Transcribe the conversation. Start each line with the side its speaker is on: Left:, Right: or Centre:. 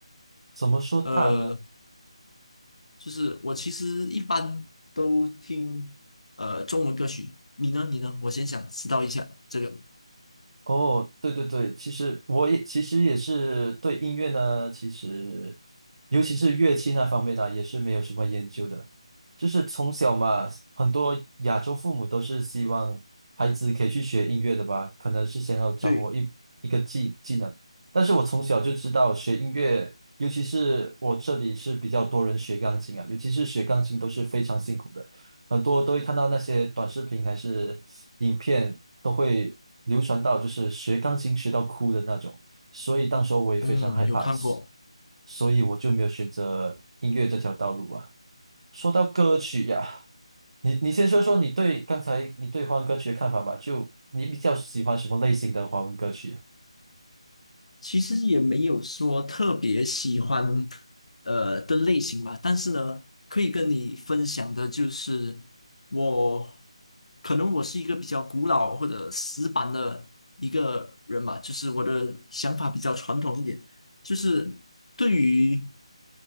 Right: 怎么说大呢？
Left: 呃，就是我其实一般都听，呃，中文歌曲。你呢？你呢？我先想知道一下这个。
Right: 哦，对对对，其实我也其实也是对音乐呢，其实尤其是乐器那方面呢，也是没有什么研究的。就是从小嘛，很多亚洲父母都是希望孩子可以去学音乐的吧，可能是想要掌握一一个技技能。
Left: 对，
Right: 但是我从小就知道学音乐，尤其是我这里是比较多人学钢琴啊，尤其是学钢琴都是非常辛苦的。很多都会看到那些短视频还是影片，都会流传到就是学钢琴学到哭的那种，所以当时候我也非常害怕，
Left: 嗯，有看过。
Right: 所以我就没有选择音乐这条道路啊。说到歌曲呀，你你先说说你对刚才你对华文歌曲的看法吧，就你比较喜欢什么类型的华文歌曲啊？
Left: 其实也没有说特别喜欢呃的类型吧，但是呢，可以跟你分享的就是我可能我是一个比较古老或者死板的一个人吧，就是我的想法比较传统一点，就是对于